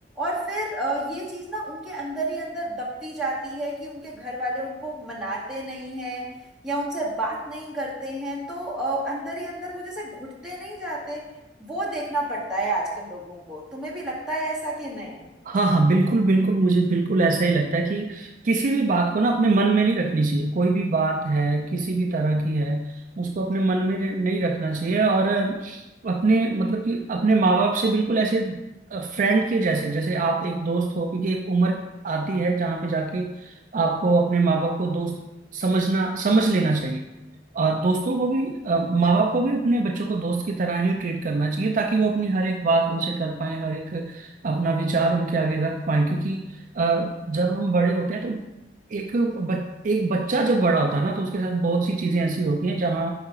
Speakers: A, in the centre; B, on the right.
A: और फिर अ, ये चीज़ ना उनके अंदर ही अंदर दबती जाती है कि उनके घर वाले उनको मनाते नहीं हैं या उनसे बात नहीं करते हैं तो अ, अंदर ही अंदर वो जैसे घुटते नहीं जाते वो देखना पड़ता है आजकल लोगों को तुम्हें भी लगता है ऐसा कि नहीं
B: हाँ हाँ बिल्कुल बिल्कुल मुझे बिल्कुल ऐसा ही लगता है कि किसी भी बात को ना अपने मन में नहीं रखनी चाहिए कोई भी बात है किसी भी तरह की है उसको अपने मन में र- नहीं रखना चाहिए और अपने मतलब कि अपने माँ बाप से बिल्कुल ऐसे फ्रेंड के जैसे जैसे आप एक दोस्त हो क्योंकि एक उम्र आती है जहाँ पे जाके आपको अपने माँ बाप को दोस्त समझना समझ लेना चाहिए और दोस्तों को भी माँ बाप को भी अपने बच्चों को दोस्त की तरह ही ट्रीट करना चाहिए ताकि वो अपनी हर एक बात उनसे कर पाए हर एक अपना विचार उनके आगे रख पाए क्योंकि अ, जब हम बड़े होते हैं तो एक बच, एक बच्चा जब बड़ा होता है ना तो उसके साथ बहुत सी चीजें ऐसी होती हैं जहाँ